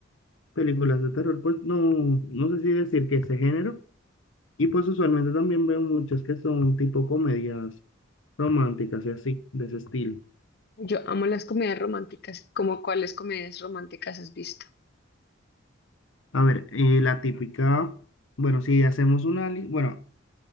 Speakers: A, on the left; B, on the left.
A: películas de terror, pues no, no sé si decir que ese género. Y pues usualmente también veo muchas que son tipo comedias románticas y así, de ese estilo.
B: Yo amo las comedias románticas. ¿Cómo cuáles comedias románticas has visto?
A: A ver, eh, la típica, bueno, si hacemos una, li- bueno.